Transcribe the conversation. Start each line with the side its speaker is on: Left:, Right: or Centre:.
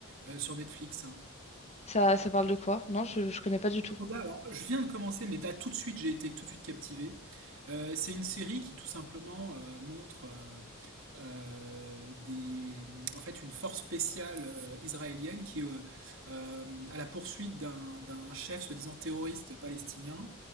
Right: euh, sur Netflix. hein.
Left: ça, ça parle de quoi? Non, je, je connais pas du tout.
Right: Koda, alors je viens de commencer, mais là tout de suite j'ai été tout de suite captivé. Euh, c'est une série qui tout simplement euh, montre euh, euh, des, en fait une force spéciale euh, israélienne qui est euh, euh, à la poursuite d'un d'un chef soi-disant terroriste palestinien.